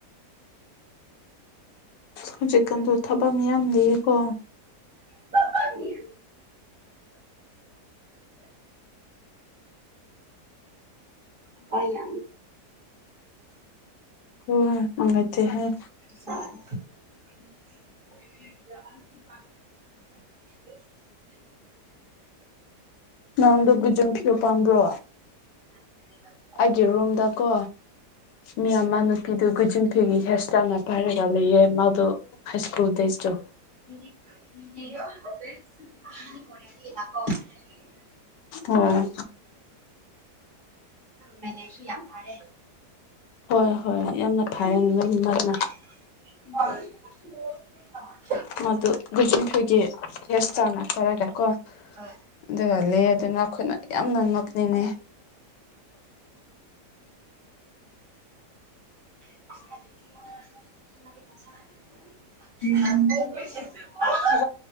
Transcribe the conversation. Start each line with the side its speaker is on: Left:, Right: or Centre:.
Left: ꯍꯧꯖꯤꯛꯀꯥꯟꯗ ꯊꯕꯛ ꯌꯥꯝ ꯂꯩꯌꯦꯀꯣ
Right: ꯕꯥꯃꯦ ꯑꯩꯗ
Left: ꯍ ꯃꯉꯥꯏ ꯍꯥꯏ
Right: <unintelligible> <unintelligible>
Left: ꯅꯉꯣꯟꯗ ꯕꯤꯖꯝ ꯐꯤꯌ ꯄꯥꯝꯕ꯭ꯔꯣ
Right: ꯃꯤꯗꯤ
Left: ꯑꯩꯒꯤ ꯔꯨꯝꯗꯀꯣ ꯃꯤꯌꯥꯝ ꯃꯥꯅ ꯐꯤꯗꯨ ꯒꯨꯖꯤꯟ ꯐꯤꯒꯤ ꯍꯤꯌꯔ ꯏꯁꯇꯥꯏꯜꯅ ꯄꯥꯏꯔꯒ ꯂꯩꯌꯦ ꯃꯥꯗꯣ ꯍꯥꯏ ꯁ꯭ꯀꯨꯜ ꯗꯦꯖꯇꯣ
Right: <unintelligible>
Left: ꯑꯣꯝ
Right: ꯃꯦꯂꯦꯛꯁꯨ ꯌꯥꯝ ꯐꯔꯦ
Left: ꯍꯣꯏ ꯍꯣꯏ ꯌꯥꯝꯅ ꯐꯥꯏ ꯂꯣꯏ ꯃꯔꯜꯅ
Right: <unintelligible>
Left: ꯃꯗꯨ ꯒꯖꯨꯟꯈꯒꯤ ꯌꯦꯁ ꯇꯅ ꯀꯔꯒ ꯀꯣ
Right: ꯀꯅꯥꯅ
Left: ꯑꯗꯨꯒ ꯂꯩ ꯑꯗꯨꯅ ꯑꯩꯈꯣꯏꯅ ꯌꯥꯝꯅ ꯅꯛꯅꯤꯡꯉꯦ
Right: <unintelligible>
Left: <unintelligible>